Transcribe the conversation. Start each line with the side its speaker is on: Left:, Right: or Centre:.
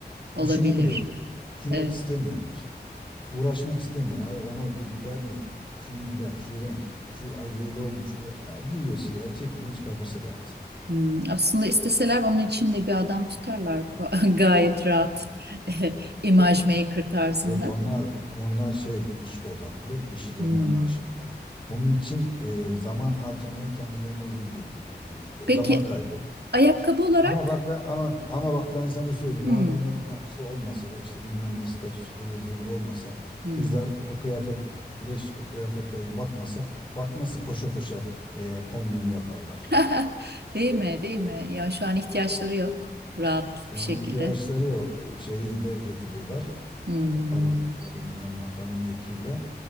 Right: olabilir.
Left: Düşünemiyorlar. Düşünmek
Right: Evet.
Left: istemiyorlar. Uğraşmak istemiyor. Ay ona bu gider mi? Şu mu gider? Şu renk. Şu ay böyle olmuş. Böyle. Ha, giyiyor siyah, çekiyor. Hiç kafası rahat.
Right: Hmm, Aslında isteseler onun için de bir adam tutarlar ko- <laughs> gayet rahat <laughs> imaj maker tarzında.
Left: Yok onlar onlar şey iş odaklı, işlerine
Right: Hmm.
Left: aşıklar. Onun için e, zaman harcamayı kendilerine zor görürler yani e,
Right: Peki
Left: zaman kaybı olur.
Right: ayakkabı olarak?
Left: Ama bak ben ama ama bak ben sana söyleyeyim
Right: Hmm.
Left: o adamların parası olmasa işte bilmem ne statüsü ıvır zıvır olmasa
Right: Hmm.
Left: kızlar o kıyafet leş o kıyafetlerine bakmasa bak nasıl koşa koşa e, kombin yaparlar.
Right: <laughs> Değil mi? Değil mi? Ya şu an ihtiyaçları yok. Rahat
Left: Şu
Right: bir
Left: an
Right: şekilde.
Left: ihtiyaçları yok. E, Şeyiyle götürüyorlar.
Right: Hmm.
Left: E, para pulla bilmem makam mevkiyle.